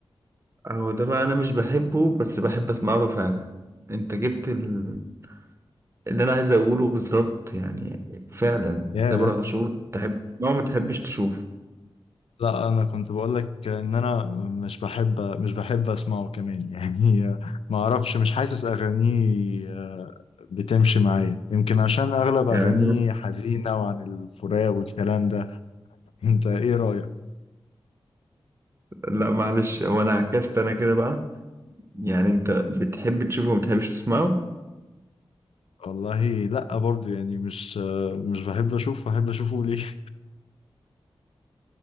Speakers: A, on the right; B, on the left.
A: هو ده بقى انا مش بحبه بس بحب اسمع له فعلا انت جبت ال- اللي انا عايز اقوله بالظبط يعني فعلا
B: ياه
A: تامر عاشور تحب تسمعه ما تحبش تشوفه
B: لا انا كنت بقول لك ان انا مش بحب مش بحب اسمعه كمان يعني <laughs> ما اعرفش مش حاسس اغانيه آه، بتمشي معايا يمكن عشان اغلب اغانيه
A: يعني
B: حزينة وعن الفراق والكلام ده <laughs> انت ايه رأيك
A: لا معلش هو انا عكست انا كده بقى يعني انت بتحب تشوفه وما بتحبش تسمعه
B: والله لا برضو يعني مش مش بحب اشوفه احب اشوفه ليه